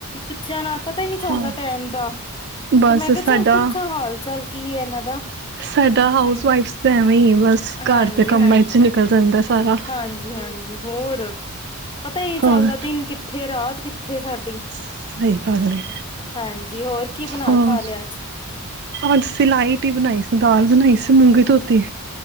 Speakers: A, on the left (about 20°); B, on the right (about 50°).
A: ਬੱਚਿਆਂ ਨਾਲ ਪਤਾ ਹੀ ਨਹੀਂ ਚੱਲਦਾ
B: ਹਾਂ
A: ਟਾਈਮ ਦਾ
B: ਬਸ
A: ਤੇ ਮੈਂ ਕਿਹਾ
B: ਸਾਡਾ
A: ਚੱਲ ਪੁੱਛਾਂ ਹਾਲ ਚਾਲ ਕੀ ਹੈ ਇਹਨਾਂ ਦਾ
B: ਸਾਡਾ ਹਾਊਸ
A: ਹਮ
B: ਵਾਈਫ ਤਾਂ ਐਵੇਂ ਹੀ ਹੈ ਬਸ
A: ਹਾਂਜੀ
B: ਘਰ ਦੇ ਕੰਮਾਂ
A: ਹਾਂਜੀ
B: 'ਚ ਨਿਕਲ ਜਾਂਦਾ ਸਾਰਾ
A: ਹਾਂਜੀ ਹਾਂਜੀ ਹੋਰ ਪਤਾ ਹੀ ਨਹੀਂ ਚੱਲਦਾ
B: ਹੋਰ
A: ਦਿਨ ਕਿੱਥੇ ਰਾਤ ਕੀਤੀ ਥੇ ਸਾਡੀ
B: ਸਹੀ ਗੱਲ ਹੈ
A: ਹਾਂਜੀ ਹੋਰ ਕੀ ਬਣਾ
B: ਹੋਰ
A: ਖਾ ਲਿਆ ਅੱਜ
B: ਅੱਜ ਸਲਾਈਟੀ ਬਣਾਈ ਸੀ ਦਾਲ ਬਣਾਈ ਸੀ ਮੂੰਗੀ ਧੋਤੀ